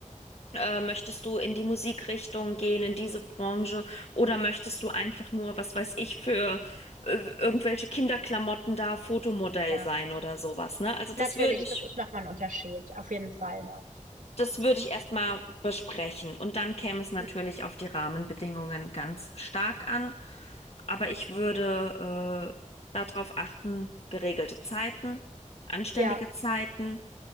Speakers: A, on the left; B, on the right.
A: äh, möchtest du in die Musikrichtung gehen, in diese Branche, oder möchtest du einfach nur, was weiß ich, für äh, irgendwelche Kinderklamotten da Fotomodell
B: Ja,
A: sein oder sowas, ne? Also das
B: natürlich,
A: würde ich,
B: das ist nochmal ein Unterschied, auf jeden Fall, ne?
A: das würde ich erstmal besprechen. Und dann käme es natürlich
B: Mhm.
A: auf die Rahmenbedingungen ganz stark an. Aber ich würde äh, darauf achten, geregelte Zeiten, anständige
B: Ja,
A: Zeiten